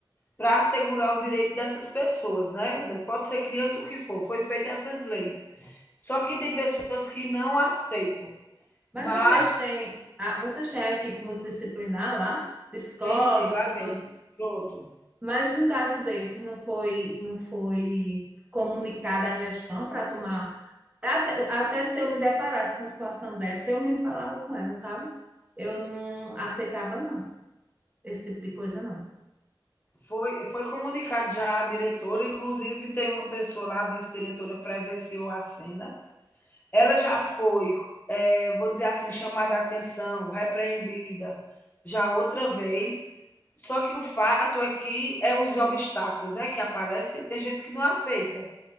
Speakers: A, on the left; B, on the right.
A: para assegurar o direito dessas pessoas, né, de pode ser criança, o que for, foi feita essas leis. Só que tem pessoas que não aceitam,
B: Mas
A: mas
B: vocês têm a, vocês têm a equipe multidisciplinar lá, psicóloga,
A: tem sim, lá
B: fono...
A: tem. Pronto.
B: mas no caso desse não foi não foi comunicada a gestão para tomar até, até se eu me deparasse com a situação dessa, eu mesmo falava com ela, sabe? Eu não aceitava não esse tipo de coisa não.
A: Foi, foi comunicado já à diretora, inclusive tem uma pessoa lá, a vice-diretora, presenciou a cena. Ela já foi, é, vou dizer assim, chamada a atenção, repreendida já outra vez. Só que o fato é que é os obstáculos né, que aparecem, tem gente que não aceita.